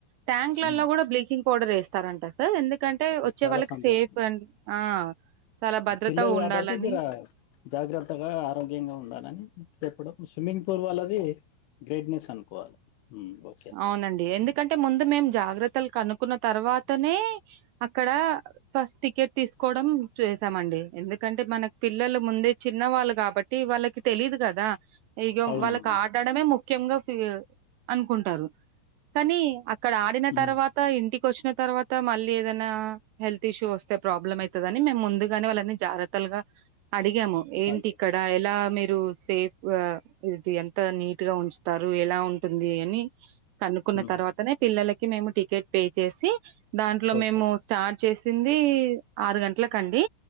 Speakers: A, on the right; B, on the left.
A: ట్యాంక్ల్లలో
B: ఉమ్.
A: కూడా బ్లీచింగ్ పౌడర్ వేస్తారంట ఎందుకంటే
B: ఓకే,
A: వచ్చే
B: చాలా
A: వాళ్ళకి
B: సంతోషం
A: సేఫ్ అండి ఆ చాలా భద్రతగా
B: పిల్లలు కాబట్టి
A: ఉండాలని.
B: జర జాగ్రత్తగా ఆరోగ్యంగా ఉండాల అని చెప్పడం స్విమ్మింగ్ పూల్ వాళ్ళది గ్రేట్నెస్ అనుకోవాలి ఉమ్, ఓకే
A: అవునండి ఎందుకంటే ముందు మేం జాగ్రత్తలు కనుకున్న తర్వాతనే అక్కడ ఫస్ టికెట్ తీసుకోవడం చేసామండి ఎందుకంటే మన పిల్లలు ముందే చిన్నవాళ్ళు కాబట్టి వాళ్ళకి తెలీదు కదా ఇగో
B: అవునవును
A: వాళ్ళకు ఆడడమే ముఖ్యంగా ఫి అనుకుంటారు కానీ అక్కడ ఆడిన
B: ఉమ్,
A: తర్వాత ఇంటికి వచ్చిన తర్వాత మళ్ళీ ఏదనా హెల్త్ ఇష్యూ వస్తే ప్రాబ్లం అయితదని మేము ముందుగానే వాళ్ళన్నీ జాగత్తల్గా అడిగాము ఏంటి
B: అదే
A: ఇక్కడ ఎలా మీరు సేఫ్గ ఇది ఎంత నీట్గా ఉంచుతారు ఎలా ఉంటుంది అని కనుకున్న
B: ఉమ్,
A: తర్వాతనే పిల్లలకి మేము టికెట్ పే చేసి దాంట్లో
B: ఓకే
A: మేము స్టార్ట్ చేసింది ఆరు గంటలకండి